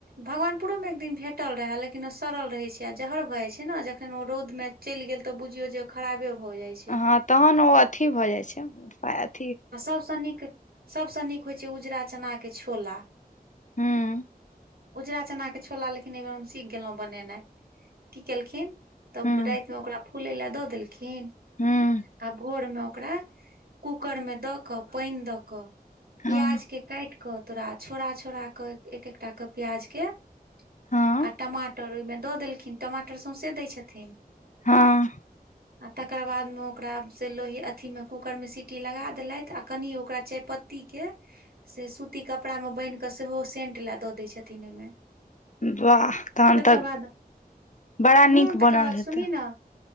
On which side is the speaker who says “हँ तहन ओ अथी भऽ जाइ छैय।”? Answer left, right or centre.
Left